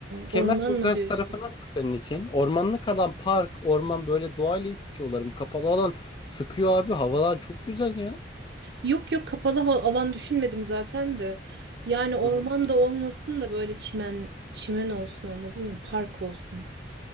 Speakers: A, on the left; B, on the right.
A: Kemerburgaz
B: orman mı diyorsun?
A: tarafı nasıl senin için? Ormanlık alan, park, orman böyle doğayla iç içe olalım. Kapalı alan sıkıyor abi. Havalar çok güzel ya.
B: Yok yok kapalı ha- alan düşünmedim zaten de. Yani orman
A: Hı hı.
B: da olmasın da böyle çimen çimen olsun anladın mı? Park olsun.